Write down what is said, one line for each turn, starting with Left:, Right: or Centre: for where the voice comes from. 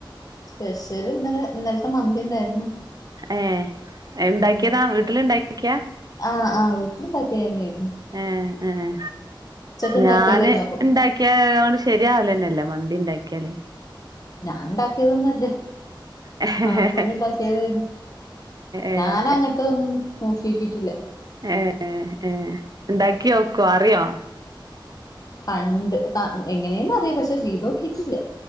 Left: സ്പെഷ്യല് ഇന്നലെ ഇന്നൽത്തെ മന്തി ഇണ്ടായിരുന്നു
Right: ഏഹ് ഇണ്ടാക്കിയതാ
Left: ഉം
Right: വീട്ടില്ണ്ടാക്കിയ
Left: ആഹ് ആഹ് വീട്ടിലിണ്ടാക്കിയതെ ന്നേര്ന്നു
Right: ഏഹ് ഏഹ്
Left: ഉണ്ടാക്കിയതായിരുന്നു
Right: ഞാന്
Left: അപ്പൊ
Right: ഇണ്ടാ ക്ക് അങ്ങട് ശരിയാവലെന്നെല്ല മന്തി ഇണ്ടാക്കിയാല്
Left: ഞാൻ ഇണ്ടാക്കിയതൊന്നു അല്ല
Right: ഏഹ്
Left: നാത്തൂന് ഇണ്ടാക്കിയതേര്ന്നു
Right: ഏഹ്
Left: ഞാന അങ്ങൻത്തെതൊന്നും നോക്കിയോക്കിട്ടില്ല
Right: ഏഹ് ഏഹ് ഇണ്ടാക്കിയോക്കോ അറിയോ
Left: പണ്ട് എങ്ങനേന്നറിയാ പക്ഷെ ചെയ്തോക്കിട്ടില്ല